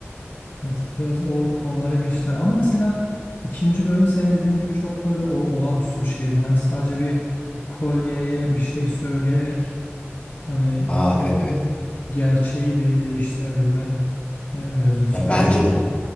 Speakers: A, on the left (about 50°); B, on the left (about 25°).
A: evet, biraz o konulara girişler. Ama mesela ikinci bölüm senin dediğin gibi çok böyle o- olağanüstü bir şeydi. Hani sadece bir kolyeye bir şey söyleyerek hani
B: Aa
A: bunu
B: evet evet.
A: gerçeği de değiştirebilme me- mevzusu.
B: Ya
A: Ya
B: bence
A: düşün.
B: de.